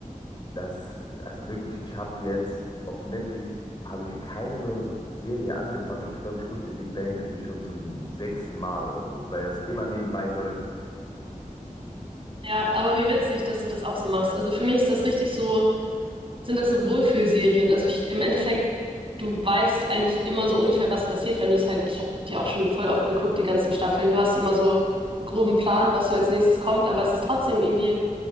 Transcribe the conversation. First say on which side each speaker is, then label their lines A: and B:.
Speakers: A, on the left; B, on the right.
A: das ist also wirklich, ich habe jetzt auf Netflix habe ich keine neue Serie angefangen und ich glaube, ich gucke The Big Bang Theory schon zum sechsten Mal oder so, weil das immer nebenbei läuft.
B: Ja, aber wie witzig, dass du das auch so machst. Also für mich ist das richtig so, sind das so Wohlfühlserien. Also ich, im Endeffekt, du weißt eigentlich immer so ungefähr, was passiert, wenn du es halt, ich habe die auch schon voll oft geguckt, die ganzen Staffeln. Du hast immer so einen groben Plan, was so als nächstes kommt, aber es ist trotzdem irgendwie,